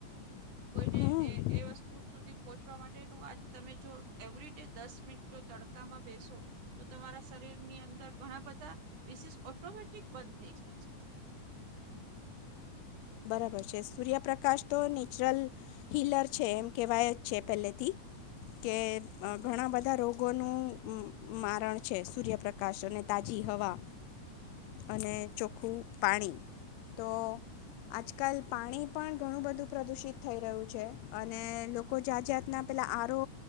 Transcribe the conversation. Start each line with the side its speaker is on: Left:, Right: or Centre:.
Right: કોઈને
Left: હમ
Right: એ એ વસ્તુ સુધી પહોંચવા માટેનું તમે જો એવરી ડે દસ મિનિટ જો તડકામાં બેસો તો, તમારા શરીરની અંદર ઘણા બધા ડિસીસ ઓટોમેટિક બંધ થઈ જાય છે.
Left: બરાબર છે સૂર્યપ્રકાશ તો ન નેચરલ હિલર છે એમ કહેવાય જ છે પહેલેથી કે ઘણા બધા રોગોનું મારણ છે સૂર્યપ્રકાશ અને તાજી હવા અને ચોખ્ખું પાણી, તો આજકાલ પાણી પણ ઘણું બધું પ્રદૂષિત થઈ રહ્યું છે, અને લોકો જાત જાતના પેલાં આરો